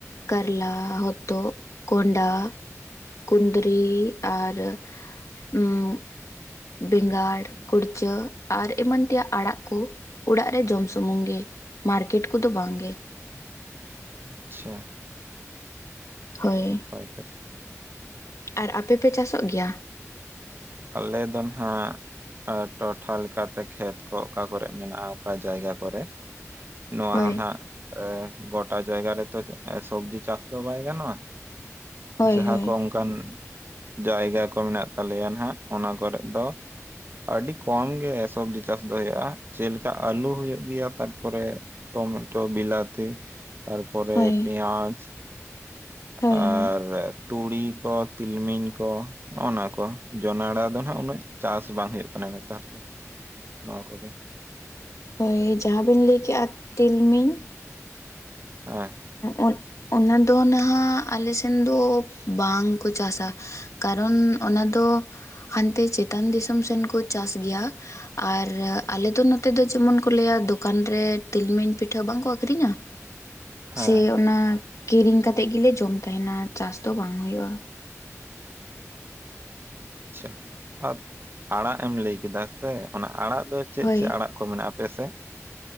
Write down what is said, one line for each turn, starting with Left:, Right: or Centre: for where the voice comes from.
Left: ᱠᱟᱨᱞᱟ, ᱦᱚᱛᱚᱫ, ᱠᱚᱸᱰᱷᱟ᱾ ᱠᱩᱸᱫᱽᱨᱤ ᱟᱨ ᱩᱸᱜ ᱵᱮᱸᱜᱟᱲ, ᱠᱩᱲᱪᱟᱹ ᱟᱨ ᱮᱢᱟᱱ ᱛᱮᱭᱟᱜ ᱟᱲᱟᱜ ᱠᱳ ᱚᱲᱟᱜ ᱨᱮ ᱡᱚᱢ ᱥᱩᱢᱩᱝ ᱜᱮ᱾ ᱢᱟᱨᱠᱮᱹᱴ ᱠᱚᱫᱚ ᱵᱟᱝ ᱜᱮ᱾
Right: ᱟᱪᱪᱷᱟ
Left: ᱦᱳᱭ
Right: ᱱᱟᱯᱟᱭ ᱠᱟᱛᱼᱼ
Left: ᱟᱨ ᱟᱯᱮ ᱯᱮ ᱪᱟᱥᱚᱜ ᱜᱮᱭᱟ?
Right: ᱟᱞᱮ ᱫᱚ ᱱᱟᱸᱜᱼᱼ ᱴᱚᱴᱷᱟ ᱞᱮᱠᱟᱛᱮ ᱠᱷᱮᱛ ᱠᱚ ᱚᱠᱟ ᱠᱚᱨᱮᱜ ᱢᱮᱱᱟᱜᱼᱟ ᱚᱠᱟ ᱡᱟᱭᱜᱟ ᱠᱚᱨᱮᱜᱼᱼ ᱱᱚᱣᱟ
Left: ᱦᱳᱭ
Right: ᱦᱚᱸ ᱱᱟᱸᱜ, ᱮ ᱜᱚᱴᱟ ᱡᱟᱭᱜᱟ ᱨᱮᱛᱚ ᱥᱚᱵᱽᱡᱤ ᱪᱟᱥ ᱫᱚ ᱵᱟᱭ ᱜᱟᱱᱚᱜᱼᱟ ᱾
Left: ᱦᱳᱭ
Right: ᱡᱟᱦᱟᱸ
Left: ᱦᱳᱭ
Right: ᱠᱚ ᱚᱝᱠᱟᱱ ᱡᱟᱭᱜᱟ ᱠᱚ ᱢᱮᱱᱟᱜ ᱛᱟᱞᱮᱭᱟ ᱱᱟᱸᱜ ᱚᱱᱟ ᱠᱚᱨᱮᱜ ᱫᱚᱼᱼᱼ ᱟᱹᱰᱤ ᱠᱚᱢ ᱜᱮ ᱥᱚᱵᱽᱡᱤ ᱪᱟᱥ ᱫᱚ ᱦᱩᱭᱩᱜᱼᱟ, ᱪᱮᱞᱮᱠᱟ ᱟᱹᱞᱩ ᱦᱩᱭᱩᱜ ᱜᱮᱭᱟ ᱛᱟᱨᱯᱚᱨᱮᱼᱼᱼ ᱴᱚᱢᱮᱴᱳ ᱵᱤᱞᱟᱛᱤ ᱛᱟᱨᱯᱚᱨᱮ
Left: ᱦᱳᱭ
Right: ᱯᱮᱸᱭᱟᱡᱽ,
Left: ᱦᱳᱭ
Right: ᱟᱻᱨᱮ
Left: ᱦᱳᱭ
Right: ᱛᱩᱲᱤ ᱠᱚ ᱛᱤᱞᱢᱤᱧ ᱠᱚ ᱱᱚᱼᱜ ᱱᱟ ᱠᱚ ᱾ ᱡᱚᱱᱟᱲᱟ ᱫᱚ ᱷᱟᱜ ᱩᱱᱟᱹᱜ ᱪᱟᱥ ᱵᱟᱝ ᱦᱩᱭᱩᱜ ᱠᱟᱱᱟ ᱱᱮᱛᱟᱨ ᱫᱚ ᱱᱚᱣᱟ ᱠᱚᱜᱮ ᱾
Left: ᱦᱳᱭ ᱡᱟᱦᱟᱸᱵᱤᱱ ᱞᱟᱹᱭ ᱠᱮᱜᱼᱟ ᱛᱤᱞᱢᱤᱧᱼᱼ
Right: ᱦᱮᱸ
Left: ᱚᱸᱫ ᱚᱱᱟ ᱫᱚ ᱱᱟᱸᱜ ᱟᱞᱮ ᱥᱮᱱ ᱫᱚ ᱵᱟᱝᱠᱚ ᱪᱟᱥᱟ ᱾ ᱠᱟᱨᱚᱱ ᱚᱱᱟ ᱫᱚ ᱦᱟᱱᱛᱮ ᱪᱮᱛᱟᱱ ᱫᱤᱥᱚᱢ ᱥᱮᱱ ᱠᱚ ᱪᱟᱥ ᱜᱮᱭᱟ ᱾ ᱟᱨ ᱟᱞᱮ ᱫᱚ ᱱᱚᱛᱮ ᱫᱚ ᱡᱮᱢᱚᱱ ᱠᱚ ᱞᱟᱹᱭᱟ ᱫᱚᱠᱟᱱ ᱨᱮ ᱛᱤᱞᱢᱤᱧ ᱯᱤᱴᱷᱟᱹ ᱵᱟᱝᱠᱚ ᱟᱹᱠᱷᱨᱤᱧᱟ,
Right: ᱦᱮᱸ
Left: ᱥᱮ ᱚᱱᱟ ᱠᱤᱨᱤᱧ ᱠᱟᱛᱮᱜ ᱜᱮᱞᱮ ᱡᱚᱢ ᱛᱟᱦᱮᱱᱟ ᱪᱟᱥ ᱫᱚ ᱵᱟᱝ ᱦᱳᱭᱳᱜᱼᱟ ᱾
Right: ᱟᱪᱪᱷᱟ ᱟᱨ ᱟᱲᱟᱜ ᱮᱢ ᱞᱟᱹᱭ ᱠᱮᱫᱟ ᱥᱮ ᱚᱱᱟ ᱟᱲᱟᱜ ᱫᱚ ᱪᱮᱜ
Left: ᱦᱳᱭ
Right: - ᱪᱮᱜ ᱟᱲᱟᱜ, ᱠᱚ ᱢᱮᱱᱟᱜᱼᱟ ᱟᱯᱮ ᱥᱮᱜ?